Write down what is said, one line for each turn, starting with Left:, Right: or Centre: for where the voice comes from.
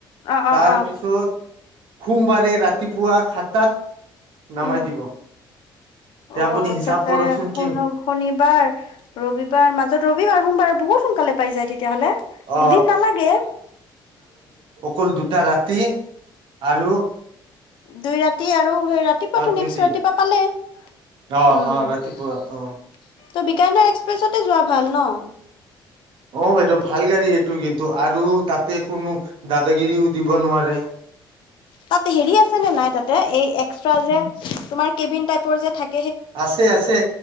Left: অ', অ',
Right: তাৰ
Left: অ',
Right: পিছত সোমবাৰে ৰাতিপুৱা সাতটাত নামাই
Left: উম,
Right: দিব তে
Left: অ',
Right: আপুনি হিচাপ
Left: চেটাৰ,
Right: কৰকচোন কি
Left: শনিবাৰ, ৰবিবাৰ, মাজত ৰবিবাৰ, সোমবাৰে বহুত সোনকালে পাই যায় তেত তিয়াহলে,
Right: অ
Left: দুদিন নালাগে
Right: কল দুটা ৰাতি আৰু
Left: দুই ৰাতি আৰু ৰাতিপুৱাটো,
Right: অ দুই
Left: নেক্স
Right: দিন
Left: ৰাতিপুৱা পালে। উম।
Right: অ অ ৰাতিপুৱা
Left: ত'
Right: অ
Left: বিকানী এক্সপ্ৰেছতে যোৱা ভাল ন?
Right: অ, বাইদেউ ভাল গাড়ী এইটো কিন্তু, আৰু তাতে কোনো দাদাগিৰিও দিব নোৱাৰে।
Left: তাত হেৰি আছে নে নাই তাতে, এই একচ ট্ৰা যে, তোমাৰ কেবিন তাইপৰ যে থাক
Right: আছে, আছে,